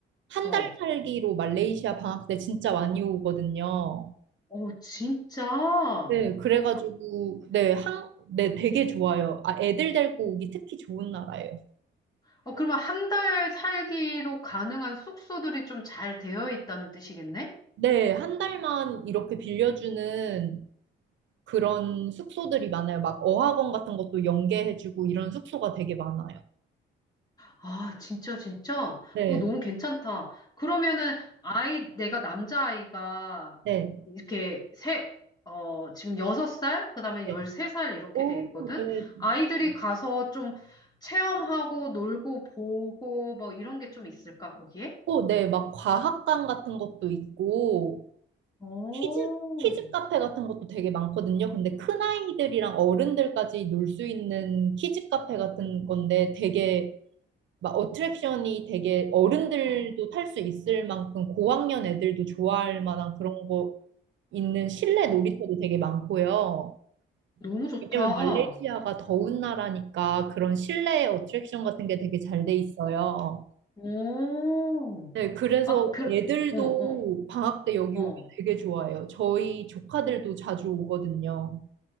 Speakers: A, on the right (about 70°); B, on the left (about 20°).
A: 한
B: 어,
A: 달 살기로 말레이시아 방학 때 진짜 많이 오거든요.
B: 어, 진짜?
A: 네, 그래가지고, 네, 한, 네, 되게 좋아요. 아, 애들 데리고 오기 특히 좋은 나라예요.
B: 어, 그러면 한 달 살기로 가능한 숙소들이 좀 잘 되어 있다는 뜻이겠네?
A: 네, 한 달만 이렇게 빌려주는 그런 숙소들이 많아요. 막 어학원 같은 것도 연계해주고 이런 숙소가 되게 많아요.
B: 아, 진짜, 진짜?
A: 네,
B: 그거 너무 괜찮다. 그러면은, 아이, 내가 남자아이가
A: 네,
B: 이렇게 세, 어, 지금 여섯 살 그다음에
A: 네.
B: 13살 이렇게
A: 오,
B: 돼 있거든?
A: 네.
B: 아이들이
A: 네.
B: 가서 좀 체험하고 놀고 보고 뭐 이런 게 좀 있을까, 거기에?
A: 오, 네. 막 과학관 같은 것도 있고,
B: 오,
A: 키즈, 키즈 카페 같은 것도 되게 많거든요. 근데 큰아이들이랑 어른들까지 놀 수 있는 키즈 카페 같은 건데 되게 막 어트랙션이 되게 어른들도
B: 어,
A: 탈 수 있을 만큼 고학년 애들도 좋아할 만한 그런 거 있는 실내 놀이터도 되게 많고요.
B: 너무 좋다.
A: 왜냐면 말레이시아가 더운 나라니까 그런 실내 어트랙션 같은 게 되게 잘 돼 있어요.
B: 오,
A: 네, 그래서
B: 아, 그,
A: 애들도
B: 어, 어,
A: 방학 때 여기
B: 어.
A: 오면 되게 좋아해요. 저희 조카들도 자주 오거든요.